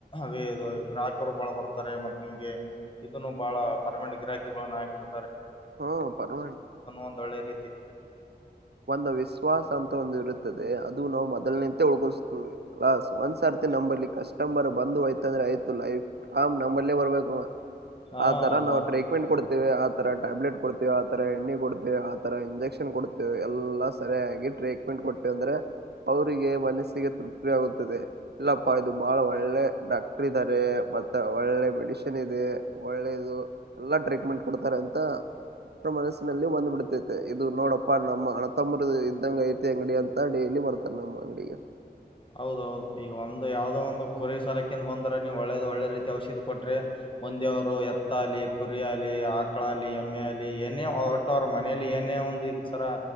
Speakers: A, on the left; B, on the right.
A: ಅದು ಇದು ಗ್ರಾಹಕರು ಬಹಳ ಬರ್ ತರೆ ಮತ್ ನಿಮ್ಗೆ ಇದುನ್ನು ಬಹಳ ಪರ್ಮೆಂಟು ಗಿರಾಕಿಗಳ್ನ ಆಗ್ಬಿಡ್
B: ಹ್ಮ್ ಪರ್ಮೆನ್
A: ಒಂದ್ ಒಳ್ಳೆ ರೀತಿ
B: ಒಂದು ವಿಶ್ವಾಸ ಅಂತ ಒಂದು ಇರುತ್ತದೆ ಅದು ನಾವು ಮೊದಲ್ ನಿಂತ <unintelligible> ಒಂದ್ಸರ್ತಿ ನಂಬಲ್ಲಿ ಕಸ್ಟಮರ್ ಬಂದು ಹೋಯ್ತಂದ್ರೆ ಆಯ್ತು ಲೈಫ್ಟೈಮ್ ನಮ್ಮಲ್ಲೇ ಬರ್ಬೇಕವ.
A: ಹಾ
B: ಆ ತರ
A: ಅದು
B: ನಾವು ಟ್ರೀಟ್ಮೆಂಟ್ ಕೊಡ್ ಆ ತರ ಟ್ಯಾಬ್ಲೆಟ್ ಕೊಡ್ತೇವೆ ಆ ತರ ಎಣ್ಣಿ ಕೊಡ್ತವೆ ಆ ತರ ಇಂಜೆಕ್ಷನ್ ಕೊಡ್ತ್ ಎಲ್ಲಾ ಸರಿಯಾಗಿ ಟ್ರೀಟ್ಮೆಂಟ್ ಕೊಟ್ವಿ ಅಂದ್ರೆ ಅವ್ರಿಗೆ ಮನಸ್ಸಿಗೆ ತೃಪ್ತಿ ಆಗುತ್ತದೆ. ಇಲ್ಲಪ್ಪಾ ಇದು ಬಾಳ ಒಳ್ಳೆ ಡಾಕ್ಟ್ರು ಇದಾರೆ ಮತ್ತ ಒಳ್ಳೆ ಮೆಡಿಶನ್ ಇದೆ ಒಳ್ಳೆದು ಎಲ್ಲ ಟ್ರೀಟ್ಮೆಂಟ್ ಕೊಡ್ತಾರೆ ಅಂತ ಮನಸ್ಸಿನಲ್ಲಿ ಬಂದ್ಬಿಡ್ತೈತೆ ಇದು ನೋಡ ಪ್ಪ ನಮ್ಮ ಅಣ ತಮ್ಮರು ಇದ್ದಂಗ ಐತಿ ಅಂಗಡಿ ಅಂತ ಡೈಲಿ ಬರ್ತಾರೆ ನಮ್ಮ ಅಂಗಡಿಗೆ.
A: ಹೌದೌದು ಈಗ ಒಂದು ಯಾವದೋ ಒಂದು ಕುರಿ ಸರಕಿಂದ್ ಬಂದ್ರೆ ನೀವು ಒಳ್ಳೇದು ಒಳ್ಳೆ ರೀತಿ ಔಷಧಿ ಕೊಟ್ರೆ ಒಂದೇವರು ಎತ್ತಾಲಿ ಕುರಿಯಾಲಿ ಆಕಾಲಿ ಎಮ್ಮೆ ಹುಲಿ ಏನೇ ಒಟ್ ಅವ್ರು ಮನೇಲಿ ಏನೇ ಒಂದು ಈಸರ